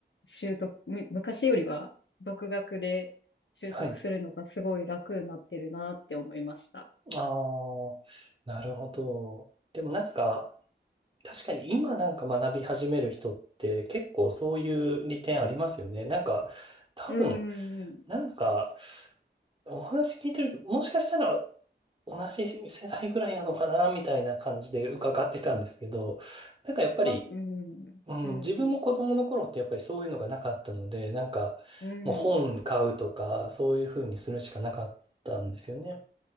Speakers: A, on the left; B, on the right.
A: 習得、む昔よりは独学で習得するのがすごい楽になってるなって思いました。
B: はい。ああ、なるほど。
A: うん
B: でもなんか、確かに今なんか学び始める人って結構そういう利点ありますよね。なんか、多分、
A: うんうんうん
B: なんか、お話聞いてると、もしかしたら同じ世代ぐらいなのかな、みたいな感じで伺ってたんですけど、なんかやっぱり、
A: 多分
B: うん、
A: うん、
B: 自分も子供の頃ってやっぱりそういうのがなかったので、
A: うん、
B: なんかもう本買うとかそういうふうにするしかなかったんですよね。
A: うん、